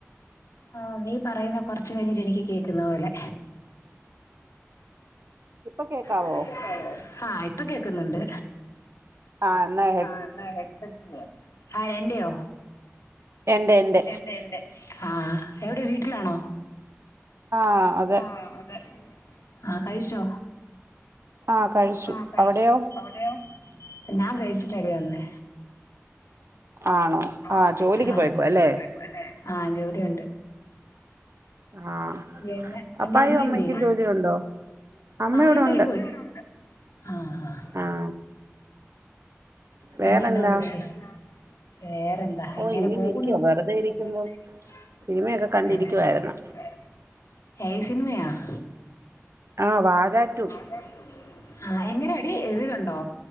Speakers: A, on the left (about 85°); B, on the right (about 60°).
A: ആ നീ പറയുന്ന കൊറച്ച് കഴിഞ്ഞിട്ട് എനിക്ക് കേക്ക്‌ന്നപോലെ
B: ഇപ്പൊ കേക്കാവോ
A: ഇപ്പ കേക്കാവോ ആ ഇപ്പ കേക്ക്‌ന്ന്ണ്ട്
B: ആന്നേ
A: ആ എന്ന ഹെഡ്സെറ്റ്ന്റയാ ആ എന്റെയോ
B: എണ്ട് എണ്ട്
A: എന്റെ എന്റെ ആ എവിടെ വീട്ടിലാണോ?
B: ആഹ് അതെ
A: ആ അതെ ആ കഴിച്ചോ
B: ആഹ് കഴിച്ചു
A: ആ കഴിച്ചു
B: അവിടെയോ
A: അവിടെയൊ ഞാൻ കഴിച്ചിട്ടാടി വന്നേ
B: ആണോ
A: ആണോ
B: ആഹ് ജോലിക്ക്
A: ആ
B: പോയേക്കുവാ
A: ജോലിക്ക്‌
B: അല്ലേ
A: പൊയിപോലേ ആ ജോലിയുണ്ട്
B: ആഹ്
A: പിന്നെ
B: പപ്പായും
A: എന്റെഅമ്മഎന്തേ
B: അമ്മയ്ക്കും ജോലിയുണ്ടോ അമ്മ
A: അവരണ്ടേരുംപോയി
B: ഇവിടെ ഉണ്ട്
A: ആഹ് ആഹ്
B: ആഹ്
A: പിന്നെന്നാ
B: വേറെന്താ
A: ഉണ്ട് വിശേഷം വേറെ എന്നാ, വേറെന്താ
B: ഓഹ്
A: ഇങ്ങനെ പോകുന്നു
B: ഇരിക്കുവാ വെറുതെ ഇരിക്കുമ്പോ
A: വെറുതെ ഇരിക്കുക.
B: സിനിമയൊക്കെ കണ്ടിരിക്കുവായിരുന്നു
A: ഞാൻ എടുത്തോണ്ട് ഇരിക്കുകയായിരുന്നു, ഏത് സിനിമയാ. ആഹ്
B: ആഹ് വാഴ ടു
A: വാഴ ടു. ആഹ് എങ്ങനാടി ഇത് കണ്ടോ,